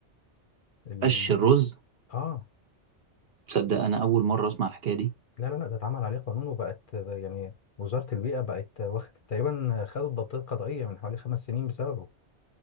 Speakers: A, on the left (about 50°); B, on the right (about 55°).
A: ال...
B: قش الرز
A: اه
B: تصدق انا اول مره اسمع الحكايه دي
A: لا لا لا ده اتعمل عليه قانون وبقت يعني وزارة البيئة بقت واخد تقريبا خدوا الضبطية القضائية من حوالي خمس سنين بسببه